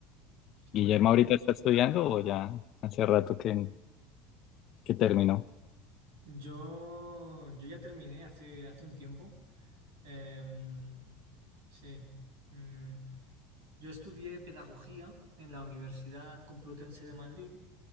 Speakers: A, on the right; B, on the left.
A: qué
B: ¿Guillermo
A: bueno.
B: ahorita está estudiando o ya hace rato que, que terminó?
A: Yo, yo ya terminé hace, hace un tiempo. Em, sí. mm, Yo estudié pedagogía en la Universidad Complutense de Madrid